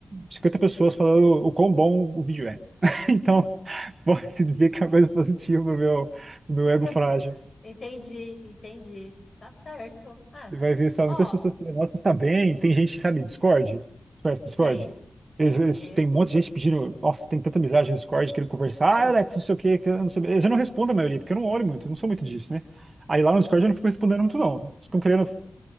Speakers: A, on the right; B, on the left.
A: 50 pessoas falando o quão bom o vídeo é. <laughs> Então, pode-se dizer que é uma coisa positiva pro meu, pro meu
B: <laughs>
A: ego frágil.
B: Entendi, entendi. Tá certo. É.
A: Você vai ver só
B: Ó,
A: muitas pessoas que nossa tá bem Tem gente, sabe, Discord? Você Conhece
B: sei,
A: Discord?
B: sei,
A: Eles, eles-
B: conheço.
A: tem um monte de gente pedindo. Nossa, tem tanta amizade no Discord querendo conversar.
B: Aí.
A: Ah, Alex, não sei o quê, que eu não sei. Eles eu não respondo a maioria, porque eu não olho muito, eu não sou muito disso, né? Aí lá no Discord eu não fico respondendo muito, não. Eles Ficam querendo.